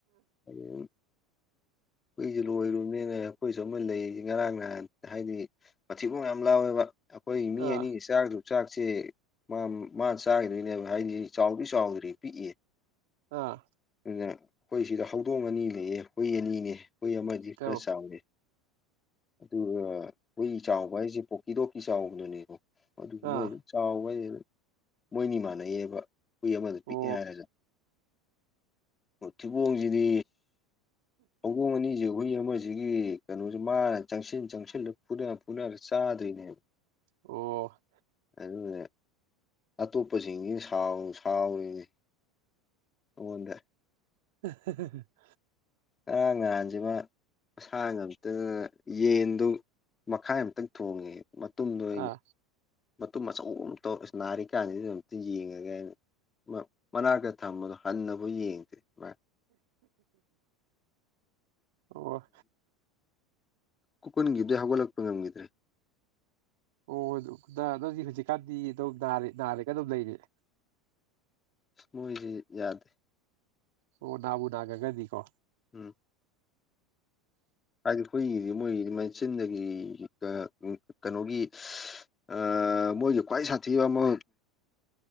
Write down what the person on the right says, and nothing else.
ꯑꯥ
ꯑꯥ
ꯀꯧ
ꯑꯥ
ꯑꯣ
ꯑꯣ
<unintelligible>
ꯑꯥ
ꯑꯣ
ꯑꯣ ꯑꯗꯨ ꯅꯥꯔ ꯍꯧꯖꯤꯛꯀꯥꯟꯗꯤ ꯑꯗꫭꯝ ꯅꯥꯔꯒ ꯑꯗꯨꯝ ꯂꯩꯔ‌ꯦ
ꯑꯣ ꯅꯥꯕꯨ ꯅꯥꯒꯟꯒ꯭ꯔꯗꯤꯀꯣ